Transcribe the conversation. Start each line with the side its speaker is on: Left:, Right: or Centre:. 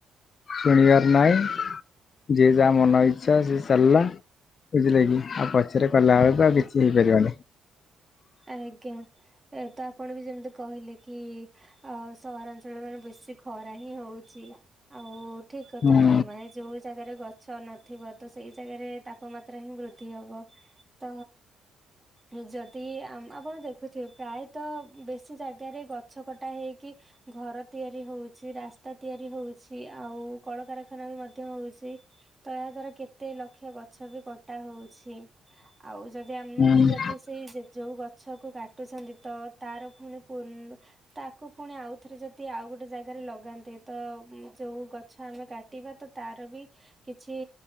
Left: ଶୁଣିବାର ନହିଁ ଯିଏ ଯାହା ମନ ଇଚ୍ଛା ସେଏ ଚାଲିଲା ବୁଝିଲେ କି ଆଉ ପ ରେ କଲା
Right: ଆଜ୍ଞା
Left: ଆଉ କିଛି ହେଇପାରିବନି।
Right: ଆଜ୍ଞା। ଏ ତ ଆପଣ ବି ଯେମିତି କହିଲେ କି ଆ ସହରାଞ୍ଚଳରେ ମାନେ ବେଶୀ ଖରା ହିଁ ହଉଛି। ଆଉ ଠିକ କଥା
Left: ହୁଁ
Right: ତ ମାନେ ଯୋଉ ଜାଗାରେ ଗଛ ନଥିବ ତ ସେଇ ଜାଗାରେ ତାପମାତ୍ରା ହିଁ ବୃଦ୍ଧି ହବ ତ ନିଜ ଆପଣ ଦେଖୁଥିବେ ପ୍ରାୟତଃ ବେଶୀ ଜାଗାରେ ଗଛ କଟା ହେଇକି ଘର ତିଆରି ହଉଛି ରାସ୍ତା ତିଆରି ହଉଛି ଆଉ କଳକାରଖାନା ବି ମଧ୍ୟ ହଉଛି ତ ଏହା ଦଵାରା କେତେ ଲକ୍ଷ ଗଛ ବି କଟା ହଉଛି ଆଉ ଯଦି ଆମେ
Left: ହୁଁ
Right: ବି ଯଦି ସେଇ ଗଛ କ କାଟୁଛନ୍ତି ତ ତାର ପୁଣି ତାକୁ ପୁଣି ଆଉ ଥରେ ଯଦି ଆଉ ଗୋଟେ ଜାଗାରେ ଲଗାନ୍ତେ ତ ଯୋଉ ଗଛ ଆମେ ଗାଟିବା ତ ତାର ବି କିଛି